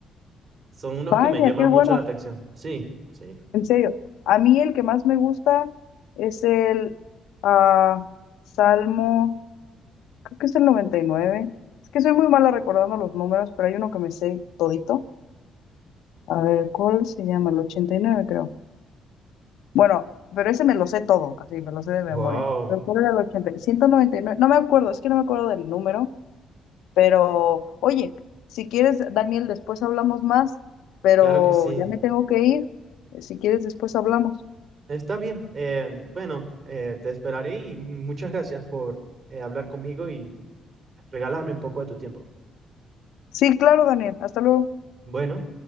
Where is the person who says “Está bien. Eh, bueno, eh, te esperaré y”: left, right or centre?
Right